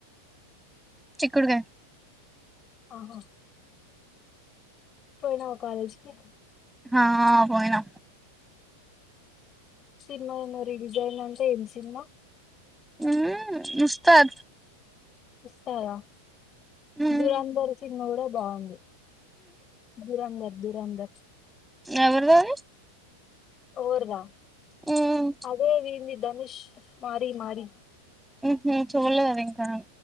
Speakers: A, in the centre; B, on the left.
A: చిక్కుడుగాయ్
B: ఆహా పోయినవా కాలేజికి
A: హా పోయినా
B: సినిమా ఏందో రిలీజ్ అయిందంట ఏం సినిమా
A: ఉమ్ ఉస్తాద్
B: ఉస్తాదా
A: మ్మ్
B: దురంధర్ సినిమా గూడం బాగుంది దురంధర్ దురంధర్
A: ఏవర్ రురారి
B: ఓర్ దా
A: మ్మ్
B: అదే విన్ది ధనుష్ మారి మారి
A: ఉ హు చూడలేదు ఆది ఇంకా కణం